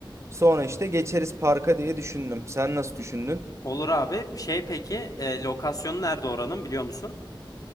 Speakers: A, on the right (about 35°); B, on the left (about 45°).
A: Sonra işte geçeriz parka diye düşündüm. Sen nasıl düşündün?
B: Olur abi. Şey peki e, lokasyonu nerede oranın biliyor musun?